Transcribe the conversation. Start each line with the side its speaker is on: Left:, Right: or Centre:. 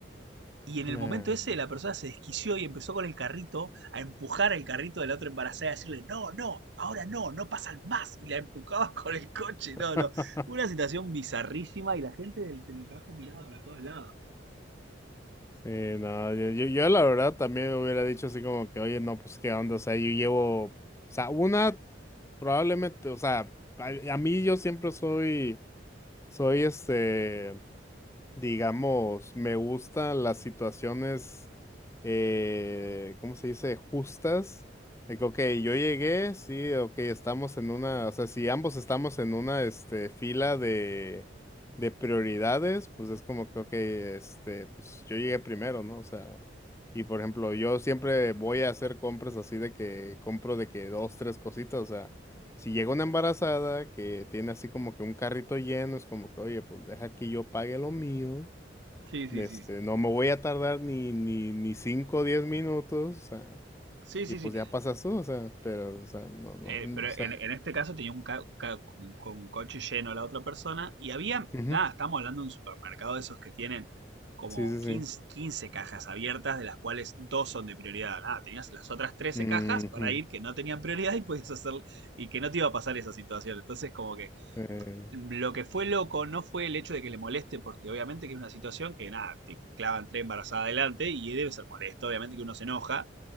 Right: Y en el
Left: Nah.
Right: momento ese la persona se desquició y empezó con el carrito a empujar el carrito de la otra embarazada y a decirle, no, no, ahora no, no pasan más. Y la empujabas <laughs> con el coche. No,
Left: <laughs>
Right: no. Una situación bizarrísima y la gente del teletrabajo miraba para todos lados.
Left: Sí, no, yo, yo, yo la verdad también hubiera dicho así como que, oye, no, pues qué onda, o sea, yo llevo, o sea, una probablemente, o sea, a, a mí yo siempre soy, soy este, digamos, me gustan las situaciones, eh, ¿cómo se dice? Justas. De que, ok, yo llegué, sí, ok, estamos en una, o sea, si ambos estamos en una, este, fila de, de prioridades, pues es como que, ok, este, pues yo llegué primero, ¿no? O sea, y por ejemplo, yo siempre voy a hacer compras así de que compro de que dos, tres cositas, o sea. Si llega una embarazada que tiene así como que un carrito lleno, es como que, oye, pues deja que yo pague lo mío.
Right: Sí, sí,
Left: Este,
Right: sí, sí.
Left: no me voy a tardar ni, ni, ni cinco o diez minutos, o sea,
Right: Sí,
Left: y
Right: sí,
Left: pues
Right: sí.
Left: ya pasas tú, o sea, pero, o sea, no, no,
Right: eh,
Left: mm,
Right: pero
Left: o sea,
Right: en, en este caso tenía un, ca- ca- un- con un coche lleno la otra persona y había,
Left: ujú,
Right: nada, estamos hablando de un supermercado de esos que tienen como
Left: Sí, sí,
Right: 15
Left: sí.
Right: 15 cajas abiertas, de las cuales dos son de prioridad. Nada, tenías las otras trece
Left: ujú,
Right: cajas para ir que no tenían prioridad y podías hacer y que no te iba a pasar esa situación. Entonces, como que
Left: eh,
Right: lo que fue loco no fue el hecho de que le moleste, porque obviamente que es una situación que nada, te clavan tres embarazadas adelante y debe ser molesto, obviamente que uno se enoja.